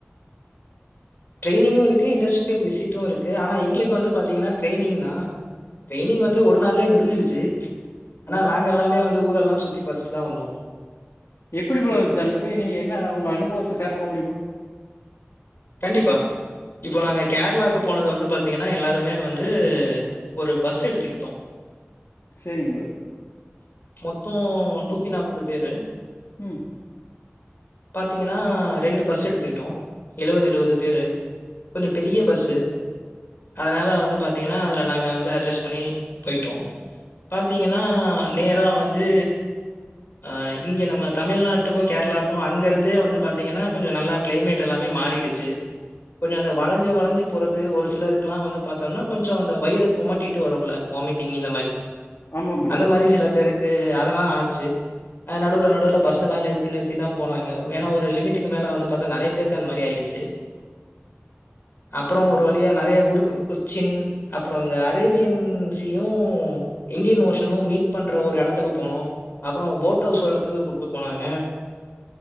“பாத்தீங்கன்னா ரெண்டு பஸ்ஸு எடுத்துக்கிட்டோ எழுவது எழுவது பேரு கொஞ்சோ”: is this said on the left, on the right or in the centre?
Left